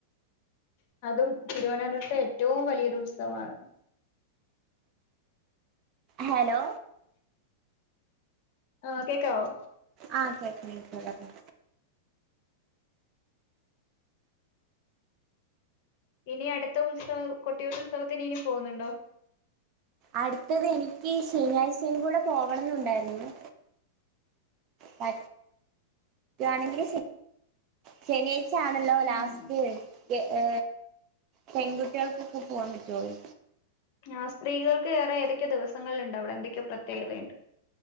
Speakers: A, on the left; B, on the right.
A: അതും തിരുവന ത്തെ ഏറ്റവും വലിയൊരു ഉത്സവമാണ്
B: ഹലോ
A: ആ കേക്കാവോ?
B: ആ കേക്കാം കേക്കാം കേക്കാം
A: ഇനി അടുത്ത ഉത്സവം കൊട്ടിയൂർ ഉത്സവത്തിന് ഇനി പോന്നുണ്ടോ
B: അടുത്തത് എനിക്ക് ശനിയാഴ്ചയും കൂടെ പോവണംന്നുണ്ടായിരുന്നു പറ്റുവാണെങ്കിൽ ശനിയാഴ് ആണല്ലോ
A: ഉം
B: ലാസ്റ്റ് ഏ പെൺകുട്ടികൾക്കൊക്കെ പോവാൻ പറ്റുള്ളു
A: ആ സ്ത്രീകൾക്ക് വേറെ ഏതൊക്കെയോ ദിവസങ്ങളിലുണ്ട് അവിടെ എന്തൊക്കെയോ പ്രത്യേകതയുണ്ട്.